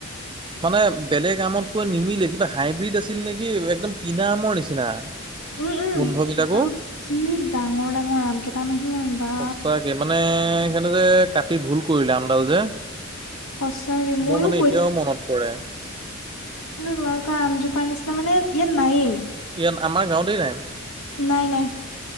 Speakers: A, on the right (about 25°); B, on the left (about 85°).
A: মানে বেলেগ আমতকৈ নিমিলে কিবা হাইব্ৰীড আছিল নেকি একদম কিনা আমৰ নিচিনা
B: উম উম
A: গোন্ধবিলাকো
B: আৰু কি ডাঙৰ ডাঙৰ আম কেইট নহয় বা
A: সঁচাকে মানে সেইনে যে কাটি ভুল কৰিলে আমডাল যে
B: সঁচাকে মইও
A: মোৰ মানে এতিয়াও মনত পৰে
B: ো নোৱাৰ কৰা আমজোপাৰ নিচিনা মানে ইয়াত নায়েই
A: ইয় আমাৰ গাঁৱতেই নাই
B: নাই নাই